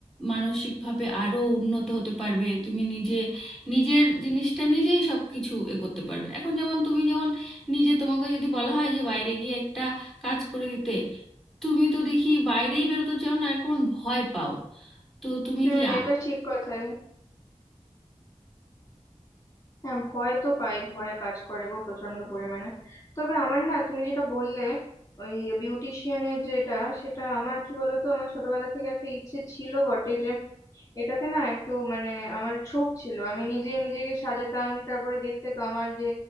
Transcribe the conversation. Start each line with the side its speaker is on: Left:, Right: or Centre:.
Centre: মানসিকভাবে আরো উন্নত হতে পারবে তুমি নিজে নিজের জিনিসটা নিজেই সব কিছু এ করতে পারবে এখন যেমন তুমি যেমন নিজে তোমাকে যদি বলা হয় যে বাইরে গিয়ে একটা কাজ করে দিতে তুমি তো দেখি বাইরেই বেরোতে চাও না আর কেমন ভয় পাও তো তুমি
Left: হুম
Centre: কি আর-
Left: এটা ঠিক কথাই হ্যাঁ ভয় তো পাই ভয়ে কাজ করে গো প্রচন্ড পরিমাণে তবে আমার না তুমি যেটা বললে ওই বিউটিশিয়ানের যেটা সেটা আমার কি বলতো আমার ছোটবেলা থেকে একটা ইচ্ছে ছিল বটে যে এটাতে না একটু মানে আমার ঝোঁক ছিল আমি নিজে নিজেকে সাজাতাম তারপরে দেখতে তো আমার যে